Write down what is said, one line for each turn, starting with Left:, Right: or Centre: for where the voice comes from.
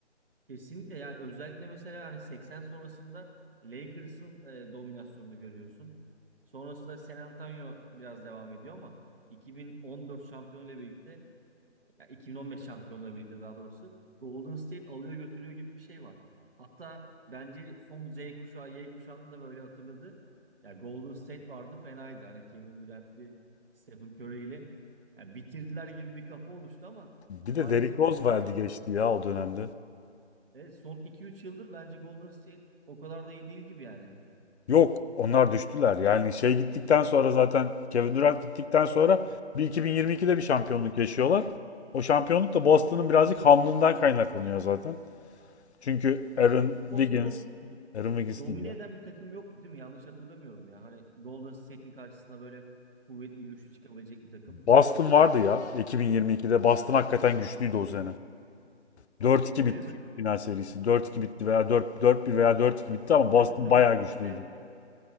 Right: Kesinlikle ya özellikle mesela hani 80 sonrasında Lakers'ın e, dominasyonunu görüyorsun. Sonrasında San Antonio biraz devam ediyor ama 2014 şampiyonuyla birlikte ya 2015 şampiyonuyla birlikte daha doğrusu Golden State alıyor götürüyor gibi bir şey var. Hatta bence son Z kuşağı Y kuşağını da böyle hatırladı. Ya Golden State vardı fenaydı. Hani Kevin Durant'li Stephen Curry'li. ya bitirdiler gibi bir kafa oluştu ama
Left: Bir
Right: maalesef
Left: de Derrick Rose
Right: günümüze
Left: verdi
Right: Evet.
Left: geçti ya o dönemde.
Right: Evet son iki üç yıldır bence Golden State o kadar da iyi değil gibi yani.
Left: Yok, onlar düştüler. Yani şey gittikten sonra zaten Kevin Durant gittikten sonra bir 2022'de bir şampiyonluk yaşıyorlar. O şampiyonluk da Boston'ın birazcık hamlığından kaynaklanıyor zaten. Çünkü Aaron
Right: Ve
Left: Wiggins,
Right: O sezon
Left: Aaron Wiggins
Right: domine
Left: değil ya.
Right: eden bir takım yoktu değil mi? Yanlış hatırlamıyorum ya. Hani Golden State'in karşısına böyle kuvvetli güçlü çıkabilecek bir takım.
Left: Boston vardı ya 2022'de. Boston hakikaten güçlüydü o sene. 4-2
Right: Öyle
Left: bitti
Right: mi?
Left: çünkü final serisi. 4-2 bitti veya 4 4-1 veya 4-2 bitti ama Boston
Right: Dö- 4-2
Left: bayağı
Right: bitti.
Left: güçlüydü.
Right: Evet, evet.